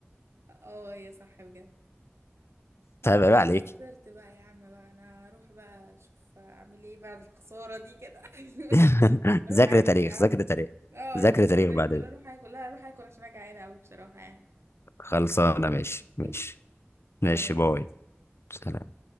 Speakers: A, on the right; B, on the left.
A: اه هي صح بجد انا
B: طيب عيب عليك
A: خلاص خسرت بقى يا عم بقى انا هروح بقى اشوف اعمل ايه بعد الخساره دي كده
B: <laughs>
A: <laughs> روح
B: ذاكر
A: اكل
B: تاريخ
A: يا عم
B: ذاكر تاريخ
A: اه
B: ذاكر
A: اروح اذاكر
B: تاريخ
A: في العيد
B: بعدين
A: ولا اروح اكل لا اروح اكل عشان انا جعانه قوي بصراحه يعني
B: خلصانه ماشي
A: ماشي
B: ماشي
A: سلام
B: ماشي باي سلام